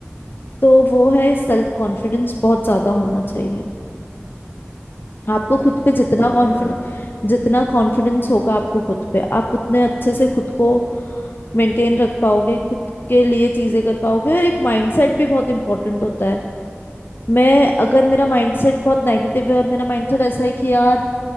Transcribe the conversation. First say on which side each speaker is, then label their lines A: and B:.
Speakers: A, on the left; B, on the left.
A: तो वो है सेल्फ कॉन्फिडेंस बहुत ज्यादा होना चाहिए आपको खुद पे जितना
B: ये बात
A: कॉन्फिडेंस
B: तो है
A: जितना कॉन्फिडेंस होगा आपको खुद पे आप उतने अच्छे से खुद को मेंटेन रख पाओगे खुद के लिए चीजें कर पाओगे और एक माइंडसेट भी बहुत इंपॉर्टेंट होता है मैं अगर मेरा माइंडसेट बहुत नेगेटिव है और मेरा माइंडसेट ऐसा है कि यार